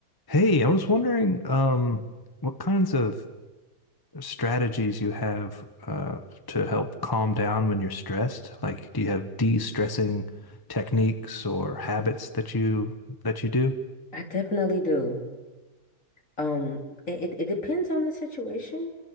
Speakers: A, on the left; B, on the left.
A: Hey, I was wondering um, what kinds of strategies you have uh, to help calm down when you're stressed. Like, do you have de-stressing techniques or habits that you that you do?
B: I definitely do. Um, it, it, it depends on the situation,